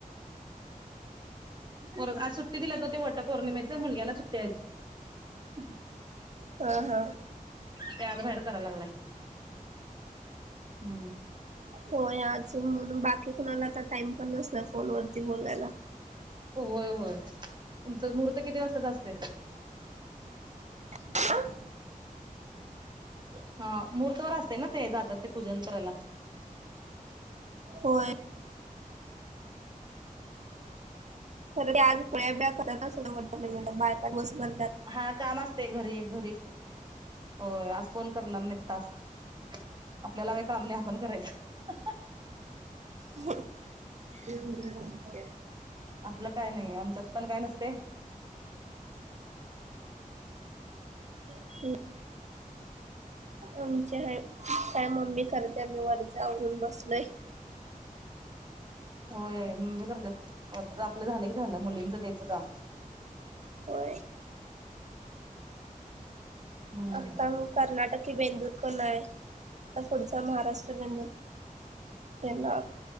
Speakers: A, on the right; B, on the right.
A: पोर ब आज सुट्टी दिल्यात ओ ते वटपौर्णिमेच्या मुलग्याला सुट्टी आज ह
B: हा हा
A: त्या आत बाहेर करायला लागलाय हम्म
B: हो आज म्हणून बाकी कुणाला आता टाइम पण नसला फोन वरती बोलायला
A: हो होय होय तुमचं मुहूर्त किती वाजताच असत
B: ह
A: हा मुहूर्तवर असतय ना ते जातात ते पूजन करायला
B: होय खरं ते आज पोळ्या बिळ्या करत्यात ना वटपौर्णिमा ल बायका ते दिवस भर करत्यात
A: हा काम असते घरी घरी होय आज फोन करणार <unintelligible> आपल्याला काय काम नाही आपण करायचं
B: <unintelligible>
A: आपलं काय नाही आमच्यात पण काय नसतेय.
B: हम. आमचे ह काय मम्मी करते आम्ही वरचावरून बसलोय.
A: होय म ममी करते वर्च आपलं झालं की झालं मुलींचं तेच काम.
B: होय.
A: हम्म
B: आताग कर्नाटक ही बेंदूर पण आहे पुढचा महाराष्ट्र बेंदूर. तेन ना.